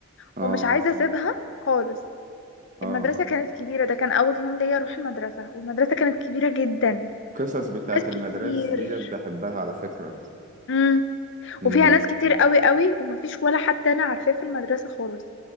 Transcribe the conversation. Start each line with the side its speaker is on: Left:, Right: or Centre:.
Right: اه
Left: ومش عايزه اسيبها خالص
Right: اه
Left: المدرسه كانت كبيره ده كان اول يوم ليا اروح المدرسه والمدرسه كانت كبيره جدا
Right: قصص
Left: وفي
Right: بتاعت
Left: ناس كتير
Right: المدرسة دي بحبها على فكرة
Left: امم
Right: مم.
Left: وفيها ناس كتير قوي قوي ومفيش ولا حد انا عارفاه في المدرسه خالص